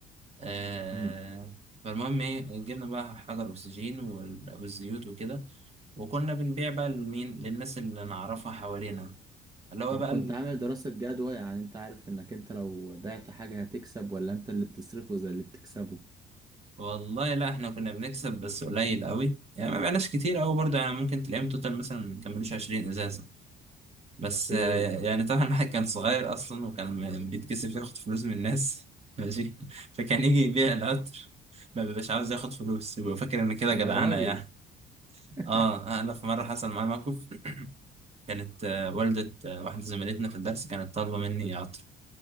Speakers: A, on the right; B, on the right.
A: آه
B: امم
A: فالمهم إيه جبنا بقى حجر أكسجين وال- والزيوت وكده وكنا بنبيع بقى لمين للناس اللي نعرفها حوالينا اللي هو
B: فكنت
A: بقى
B: عامل دراسة جدوى يعني انت عارف انك انت لو بعت حاجة هتكسب ولا انت اللي بتصرفه زي اللي بتكسبه
A: والله لا احنا كنا بنكسب بس قليل قوي يعني ما بقناش كتير قوي برضه يعني ممكن تلاقيهم توتال مثلا ما كملوش 20 ازازه بس
B: ايه
A: آه، يعني طبعا <laughs> الواحد كان صغير اصلا وكان م- بيتكسف ياخد فلوس من الناس <laughs> ماشي فكان يجي يبيع القطر ما بيبقاش عاوز ياخد فلوس ويبقى فاكر ان كده جدعانه
B: يا راجل
A: يعني
B: <laughs>
A: اه انا في مره حصل معايا موقف كانت آه، والده آه، واحده زميلتنا في الدرس كانت طالبه مني عطر